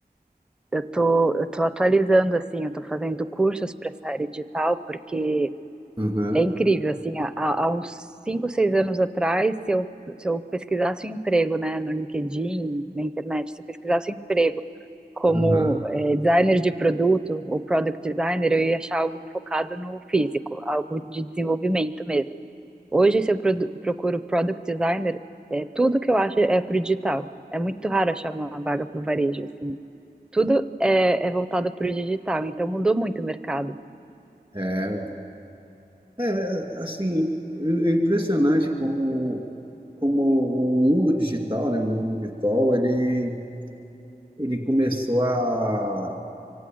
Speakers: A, in the centre; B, on the right (about 30°).
A: Eu tô, eu tô atualizando, assim, eu tô fazendo cursos para essa área digital, porque
B: aham,
A: é incrível, assim, há, há há uns 5, 6 anos atrás, se eu, se eu pesquisasse um emprego, né, no LinkedIn, na internet, se eu pesquisasse um emprego como
B: aham.
A: eh, designer de produto ou product designer, eu ia achar algo focado no físico, algo de desenvolvimento mesmo. Hoje, se eu produ- procuro product designer, é, tudo que eu acho é pro digital. É muito raro achar uma vaga pro varejo, assim. Tudo é, é voltado para o digital, então mudou muito o mercado.
B: É, é, assim, é impressionante como, como o mundo digital, né, o mundo virtual, ele ele começou a